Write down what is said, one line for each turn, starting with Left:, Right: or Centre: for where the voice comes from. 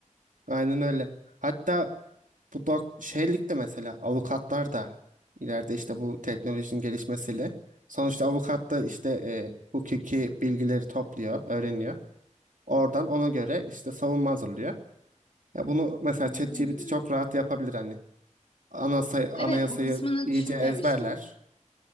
Right: Aynen öyle. Hatta bu dok- şeylik de mesela avukatlar da ileride işte bu teknolojinin gelişmesiyle sonuçta avukat da işte e, hukuki bilgileri topluyor, öğreniyor. Oradan ona göre işte savunma hazırlıyor. Ya bunu mesela
Left: Hmm.
Right: ChatGPT çok rahat yapabilir hani. Ana say- anayasayı
Left: Evet, bu kısmını
Right: iyice
Left: düşünmemiştim.
Right: ezberler.